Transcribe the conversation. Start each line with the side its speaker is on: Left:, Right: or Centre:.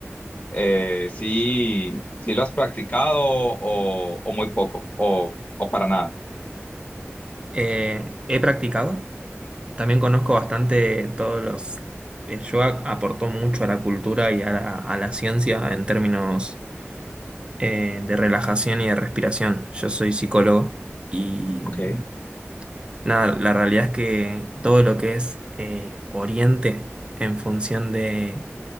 Left: eh, sí, sí lo has practicado o, o muy poco o, o para nada.
Right: Eh, he practicado. También conozco bastante todos los... El yoga aportó mucho a la cultura y a la, a la ciencia en términos eh, de relajación y de respiración. Yo soy psicólogo y
Left: Ok.
Right: mm, nada, la realidad es que todo lo que es eh, Oriente en función de